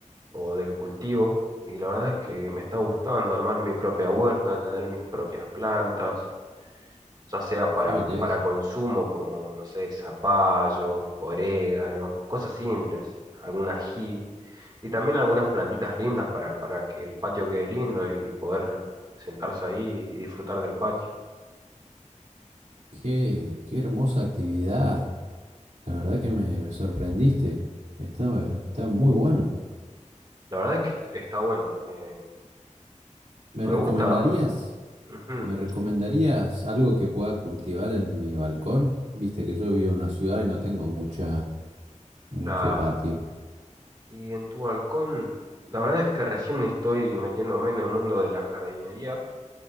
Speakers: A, on the right (about 35°); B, on the right (about 75°).
A: o del cultivo. Y la verdad es que me está gustando armar mi propia huerta, tener mis propias plantas, ya sea para,
B: Qué belleza.
A: para consumo como, no sé, zapallo, orégano, cosas simples, algún ají. Y también algunas plantitas lindas para, para que el patio quede lindo y poder sentarse ahí y disfrutar del patio.
B: Qué, qué hermosa actividad. La verdad que me, me sorprendiste. Está, está muy bueno.
A: La verdad es que est- está bueno. eh,
B: ¿Me
A: me
B: recomendarías?
A: gusta. Ujú,
B: ¿Me recomendarías algo que pueda cultivar en mi balcón? Viste que yo vivo en una ciudad y no tengo mucha, mucho
A: claro.
B: patio.
A: Y en tu balcón, la verdad es que recién estoy metiéndome en el mundo de la jardinería,